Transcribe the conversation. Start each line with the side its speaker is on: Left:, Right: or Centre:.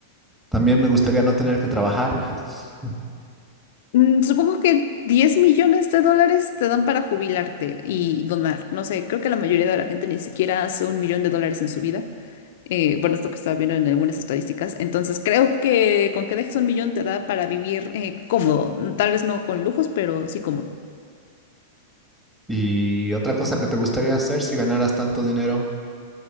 Centre: también me gustaría no tener que trabajar. <laughs>
Left: Mm, Supongo que 10 millones de dólares te dan para jubilarte y donar. No sé, creo que la mayoría de la gente ni siquiera hace un millón de dólares en su vida. Eh, bueno, esto que estaba viendo en algunas estadísticas. Entonces, creo que con que dejes un millón te da para vivir eh, cómodo. Mm, Tal vez no con lujos, pero sí cómodo.
Centre: Y otra cosa que te gustaría hacer si ganaras tanto dinero,